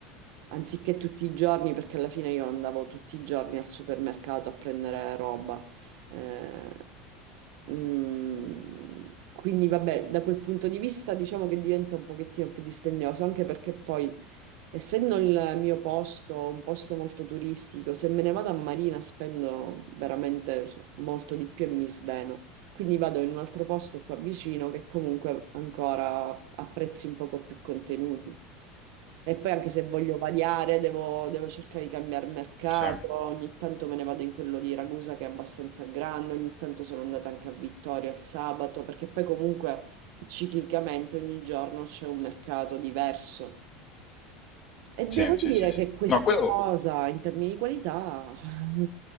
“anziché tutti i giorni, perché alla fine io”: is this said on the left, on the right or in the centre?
Right